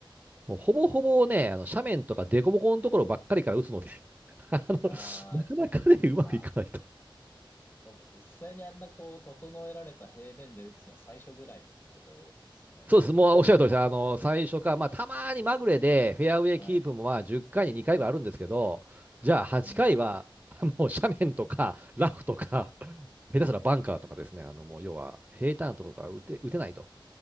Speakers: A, on the right; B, on the left.
A: もうほぼほぼね、あの斜面とか凸凹のところばっかりから打つので、<laughs> あの、
B: ああ、
A: なかなかね、
B: そっ
A: うまくいかないと。
B: か。そうか、実際にあんなこう、整えられた平面で打つのは最初ぐらいってことですね。
A: そうです。もうおっしゃる通りです。あの、最初か、まあ、たまにまぐれでフェアウェイキープもまあ10回に2回ぐらいあるんですけど、
B: はい。
A: じゃあ8回は、
B: うん。
A: <laughs> もう斜面とか、ラフとか、下手すらバンカーとかですね、あの、もう要は平坦なところから打て、打てないと